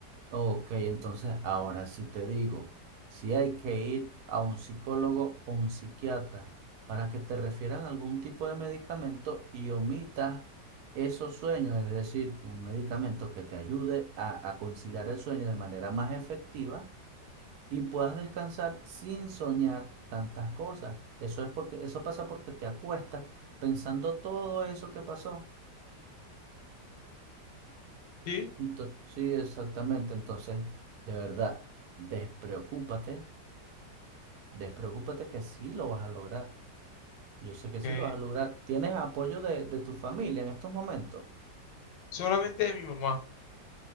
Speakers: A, on the right; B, on the left.
A: Ok, entonces ahora sí te digo, si hay que ir a un psicólogo o un psiquiatra para que te refieran algún tipo de medicamento y omitas esos sueños, es decir, un medicamento que te ayude a, a conciliar el sueño de manera más efectiva y puedas descansar sin soñar tantas cosas. Eso es porque, eso pasa porque te acuestas pensando todo eso que pasó.
B: ¿Sí?
A: Ento- sí, exactamente. Entonces, de verdad, despreocúpate Despreocúpate que sí lo vas a lograr. Yo sé que sí
B: Que
A: lo vas a lograr. ¿Tienes apoyo de, de tu familia en estos momentos?
B: solamente de mi mamá.